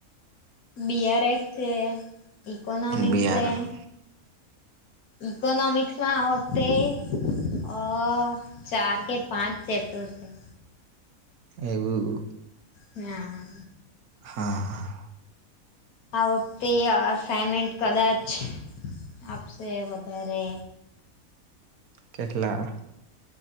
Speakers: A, on the left; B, on the right.
A: બીઆર એસ છે, ઇકોનોમિક્સ
B: બિયારણ
A: છે. ઇકોનોમિક્સમાં આ વખતે અ ચાર કે પાંચ ચેપ્ટર છેવ
B: એવું
A: હા
B: હા હા
A: આ વખતે અસાઈમેન્ટ કદાચ આપશે વધારે
B: કેટલા?